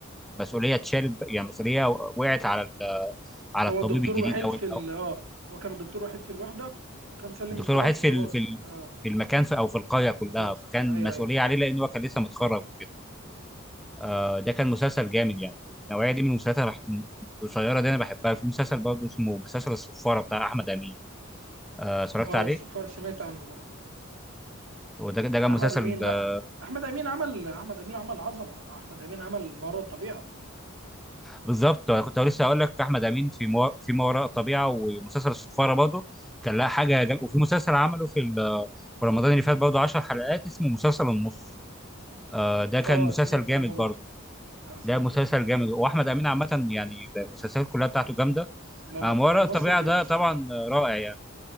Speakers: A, in the centre; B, on the right.
A: المسؤوليه اتشالت يعني المسؤوليه وقعت على ال- على
B: هو
A: الطبيب
B: الدكتور
A: الجديد
B: وحيد
A: او
B: في ال
A: أو
B: اه هو كان الدكتور وحيد في الوحدة وكان سلم
A: الدكتور
B: استلام
A: وحيد
B: فخلاص
A: في ال- في ال-
B: اه
A: في المكان في او في القريه كلها
B: بالظبط
A: فكان
B: ايوه
A: مسؤوليه
B: ايوه
A: عليه لانه كان لسه متخرج آه ده كان مسلسل جامد يعني النوعيه دي من المسلسلات أنا بح- القصيره دي انا بحبها في مسلسل برضه اسمه مسلسل الصفاره بتاع احمد امين آه اتفرجت
B: اه
A: عليه
B: سف- سمعت عنه برضه
A: وده ده كان
B: احمد
A: مسلسل
B: امين لا
A: آه،
B: احمد امين عمل احمد امين عمل عظمة احمد امين عمل ما وراء الطبيعة
A: بالظبط أنا كنت لسه هقول لك احمد امين في ما في ما وراء الطبيعه ومسلسل الصفاره برضه كان لها حاجه جم... وفي مسلسل عمله في ال... في رمضان اللي فات برضه 10 حلقات اسمه مسلسل النص آه ده كان
B: اه
A: مسلسل
B: سمعت
A: جامد
B: عنه برضه
A: برضه
B: اه سمعت
A: ده مسلسل
B: عنه
A: جامد واحمد امين عامه يعني المسلسلات كلها بتاعته جامده
B: لا لا
A: آه
B: بقى
A: ما وراء
B: ممثل
A: الطبيعه
B: جامد
A: ده
B: الصراحة
A: طبعا آه، رائع يعني